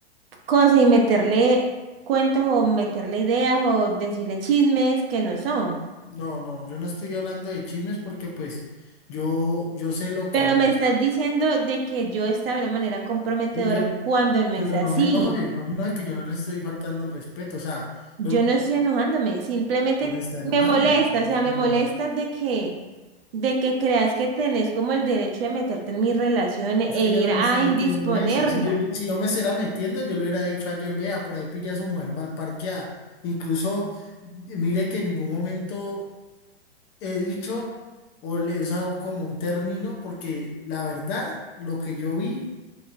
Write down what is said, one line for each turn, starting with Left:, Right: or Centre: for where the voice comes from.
Right: cosas y meterle cuentos o meterle ideas o decirle chismes que no son.
Left: no, no, yo no estoy hablando de chismes porque pues yo, yo sé lo
Right: Pero
Left: que vi.
Right: me estás diciendo de que yo estaba de una manera comprometedora
Left: Y yo-
Right: cuando no
Left: pero
Right: es así.
Left: no se enoje, no se enoje que yo no le estoy faltando el respeto, o sea,
Right: Yo
Left: pero,
Right: no estoy enojándome, simplemente
Left: pero se está
Right: me
Left: enojando,
Right: molesta,
Left: o sea,
Right: o
Left: ¿por
Right: sea, me
Left: qué
Right: molesta
Left: no?
Right: de que, de que creas que tenés como el derecho de meterte en mis relaciones
Left: Es
Right: e
Left: que
Right: ir
Left: yo no me
Right: a
Left: estoy
Right: indisponerla.
Left: metiendo en eso. Si yo, yo- si yo me estuviera metiendo, yo le hubiera dicho ayer, vea, por ahí pilla a su mujer mal parqueada. Incluso, mire que en ningún momento he dicho o le he usado como un término, porque la verdad, lo que yo vi,